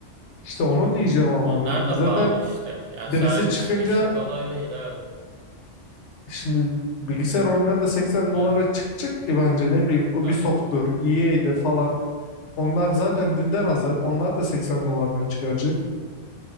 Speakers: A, on the left (about 70°); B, on the right (about 75°).
A: İşte onu diyeceğim ama
B: Onlar
A: hani zaten
B: da pahalı işte. Yani
A: birisi
B: sadece
A: çıkınca
B: Switch'lik olay değil. Evet.
A: şimdi bilgisayar oyunları da seksen dolara
B: Evet.
A: çıkacak ki bence ne bileyim Ubisoft'tur,
B: Evet.
A: EA'dir falan. Onlar zaten dünden hazır. Onlar da 80 dolardan çıkaracak.